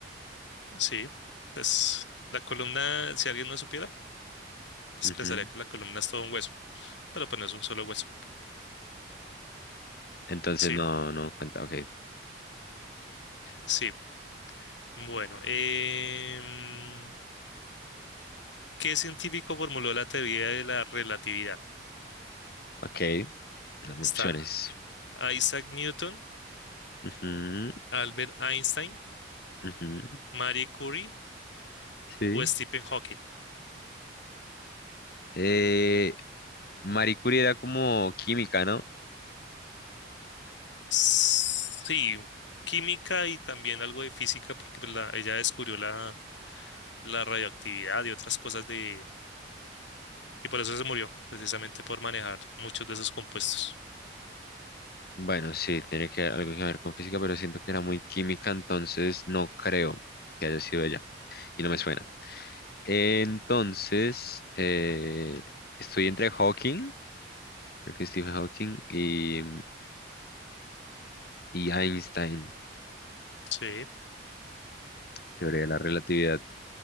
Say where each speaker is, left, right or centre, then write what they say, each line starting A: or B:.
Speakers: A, on the left (about 75°); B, on the left (about 55°).
A: sí. Pues la columna, si alguien no supiera, pues
B: Ujú.
A: pensaría que la columna es todo un hueso, pero pues no es un solo hueso.
B: Entonces
A: Sí,
B: no, no cuenta. Ok,
A: sí. Bueno, em, ¿qué científico formuló la teoría de la relatividad?
B: ok. Dame
A: Está
B: opciones.
A: Isaac Newton,
B: Ujú,
A: Albert Einstein,
B: ujú.
A: Marie Curie
B: Sí.
A: o Stephen Hawking.
B: Eh, Marie Curie era como química, ¿no?
A: Sí, química y también algo de física, porque pues, la- ella descubrió la, la radioactividad y otras cosas de... Y por eso se murió, precisamente por manejar muchos de esos compuestos.
B: Bueno, sí, tiene que algo que ver con física, pero siento que era muy química, entonces no creo que haya sido ella. Y no me suena. Entonces, eh, estoy entre Hawking, creo que Stephen Hawking, y, y Einstein,
A: Sí,
B: teoría de la relatividad.